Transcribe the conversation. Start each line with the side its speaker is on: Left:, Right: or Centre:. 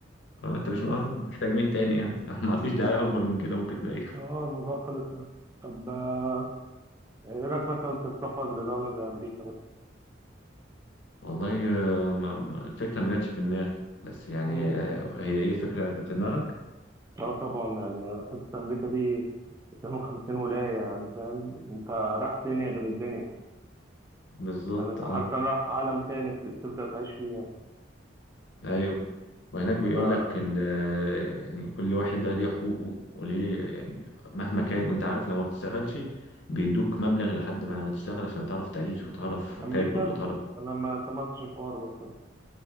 Left: آه، انت مش آه، محتاج مين تاني يعني <laughs> ما فيش دعاية اكبر من كده ممكن تلاقيها
Right: اه الموضوع خلص يعني طب آه، ايه رأيك مثلا في السفر لدولة زي أمريكا مثلا؟
Left: والله آه، ما- ما- الفكرة ما جاتش في دماغي بس يعني
Right: مم.
Left: آه، هي ايه فكرة كانت في دماغك
Right: اه طبعا يعني انا حاسس امريكا دي 52 ولاية يعني فاهم انت رايح دنيا غير الدنيا
Left: بالظبط
Right: يعني انت
Left: اه
Right: حرفيا رايح عالم تاني ت- تبدأ تعيش فيه يعني
Left: ايوه وهناك بيقول
Right: ف-
Left: لك ال- يعني كل واحد بقى ليه حقوقه وليه يعني مهما كان وانت عارف لو ما بتشتغلش بيدوك مبلغ لحد ما تشتغل عشان تعرف تعيش وتعرف
Right: أمريكا
Left: تاكل وتعرف
Right: أنا ما سمعتش الحوار ده بصراحة